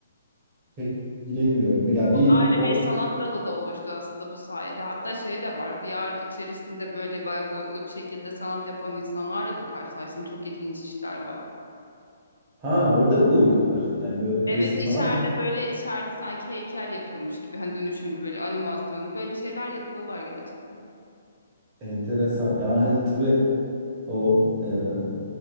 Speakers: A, on the right; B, on the left.
A: pek bilemiyorum. Ya
B: Çok
A: bir
B: ayrı
A: o
B: bir sanat dalı da oluştu aslında bu sayede. Hatta şey de var VR içerisinde böyle bayağı boyutlu bir şekilde sanat yapan insanlarla da karşılaştım. Çok ilginç işler var.
A: ha orada mı boyuyorlar? Yani böyle
B: Evet
A: resim
B: içeride
A: falan mı?
B: böyle içeride sanki heykel yapıyormuş gibi hani dönüşümlü böyle animasyon böyle şeyler yapıyorlar gerçekten.
A: Enteresan. Ya tabii o e,